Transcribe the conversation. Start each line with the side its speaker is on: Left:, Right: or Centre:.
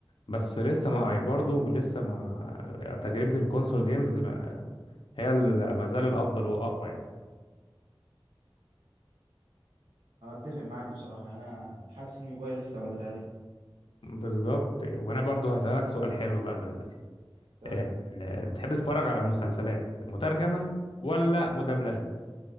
Left: بس لسه ما برضه لسه ما يعني تجربة الكونسول جيمز هي ال- ما زال الأفضل وأقوى يعني
Right: انا اتفق معاك بصراحه يعني انا حاسس الموبايل لسه بدري عليه
Left: بالظبط وأنا برضه هسألك سؤال حلو بقى دلوقتي
Right: يعني
Left: آه، آه، بتحب تتفرج على مسلسلات مترجمة ولا مدبلجة؟